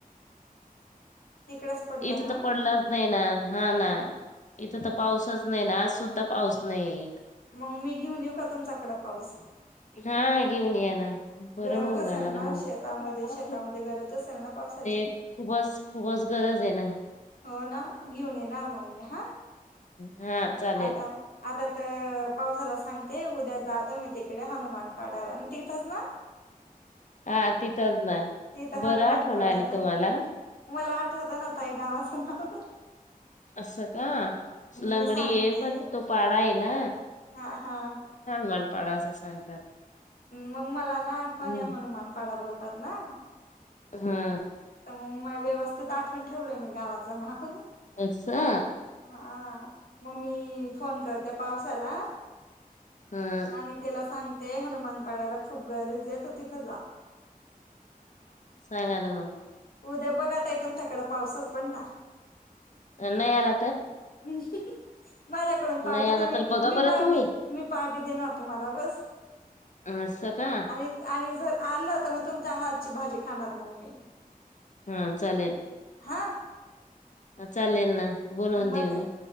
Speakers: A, on the left; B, on the left.
A: तिकडच पडला
B: इथं
A: का
B: तर पडलाच नाही ना हा ना इथं तर पाऊसच नाही ना आज सुद्धा पाऊस नाहीये
A: मग मी घेऊन येऊ का तुमचाकड पाऊस
B: हा गीऊनय ना बरं
A: गरज
B: होऊन
A: असेल
B: जाणार
A: ना
B: मगे
A: शेतामध्ये शेतामध्ये गरज असेल ना पावसाची
B: खूपच खूपच गरज आहे ना
A: हो ना घेऊन येणार मग मी हा
B: हा चालेल
A: आता आता तर पावसाला सांगते उद्या जातो मी तिकडे हनुमान पाडार आणि तिथंच ना
B: हा तिथंच ना
A: तिथं
B: बरं
A: हनुमान
B: आठवण
A: पाडाला
B: आली तुम्हाला
A: मला आठवत ना तई गावाचं नाव
B: असं का लंगडी
A: मी सांगते
B: आहे पण तो पाडा आहे ना
A: हा हा
B: ण पाडा असं सांगतात.
A: मग मला ना आठवणी
B: हम्म
A: हनुमानपाडा बोलतात ना
B: हा
A: तर मग मा व्यवस्थित आठवण ठेवलंय मी गावाचं नाव
B: अचसा
A: हा मग ममी फोन करते पावसाला
B: हा
A: आणि त्याला सांगते हनुमान पाडायला खूप गरज येतो तिथ जा
B: सांग आन म
A: उद्या बघतई तुमच्याकडें पाऊसच पडणार
B: नाही आला तर.
A: ह् माझ्याकडून पहाटे
B: नाही आला
A: तुम्ही
B: तर बघा
A: मी
B: बरं
A: पहाट
B: तुम्ही
A: मी पहाट मी पार्टी देणार मी तुम्हाला बस
B: असं का
A: आणि जर आलं तर मग तुमच्या हातची भाजी खाणार मग मी
B: हा चालेल
A: हा
B: चालेल ना बनवून
A: बघा
B: देऊन.